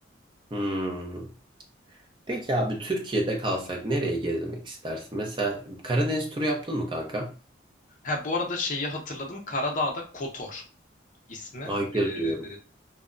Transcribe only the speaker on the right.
Hmm. Peki abi Türkiye'de kalsak nereye gezmek istersin? Mesela Karadeniz turu yaptın mı kanka?
Ay ilk
kez duyuyorum.